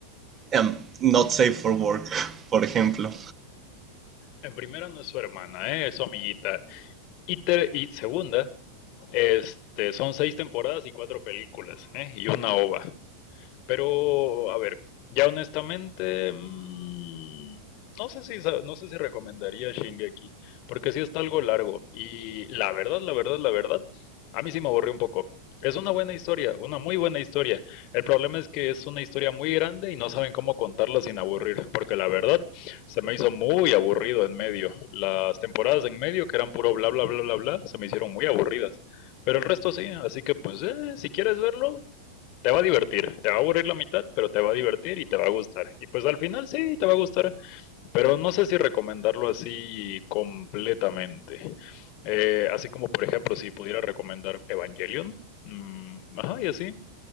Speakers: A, on the right; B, on the left.
A: em, not safe for work, <laughs> por ejemplo.
B: en primera no es su hermana, ¿eh? es su amiguita. Y, te- y segunda, este, son seis temporadas y cuatro películas, ¿eh? y una ova. Pero, a ver, ya honestamente, mm, no sé si, sa- no sé si recomendaría Shingeki, porque sí está algo largo. Y la verdad, la verdad, la verdad, a mí sí me aburrió un poco. Es una buena historia, una muy buena historia. El problema es que es una historia muy grande y no saben cómo contarla sin aburrir, porque la verdad se me hizo muy aburrido en medio. Las temporadas en medio, que eran puro bla, bla, bla, bla, bla, se me hicieron muy aburridas. Pero el resto sí, así que pues eh, si quieres verlo, te va a divertir, te va a aburrir la mitad, pero te va a divertir y te va a gustar. Y pues al final sí, te va a gustar, pero no sé si recomendarlo así completamente. Eh, así como, por ejemplo, si pudiera recomendar Evangelion, mm, ajá, y así.